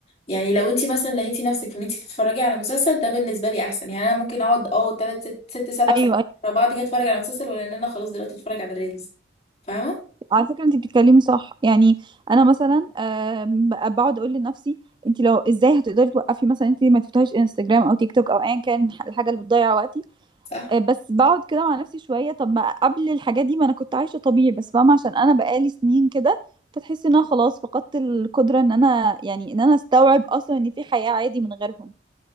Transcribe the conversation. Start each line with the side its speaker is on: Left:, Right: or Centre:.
Left: يعني لو انت مثلا لقيتي نفسك في ان انت تتفرجي على مسلسل ده بالنسبه لي احسن يعني انا ممكن اقعد اه تلات ست ست سبع ساعات
Right: ايوه ايوه
Left: ورا بعض كده اتفرج على مسلسل ولا ان انا خلاص دلوقتي اتفرج على ريلز فاهمه
Right: على فكره انت بتتكلمي صح يعني انا مثلا آم، بقعد اقول لنفسي انت لو ازاي هتقدري توقفي مثلا انت ما تفتحيش انستجرام او تيك توك او ايا كان الحاجه اللي بتضيع وقتي
Left: صح
Right: آه، بس بقعد كده مع نفسي شويه طب ما قبل الحاجات دي ما انا كنت عايشه طبيعي بس فاهمه عشان انا بقالي سنين كده فتحس ان انا خلاص فقدت القدره ان انا يعني ان انا استوعب اصلا ان في حياه عادي من غيرهم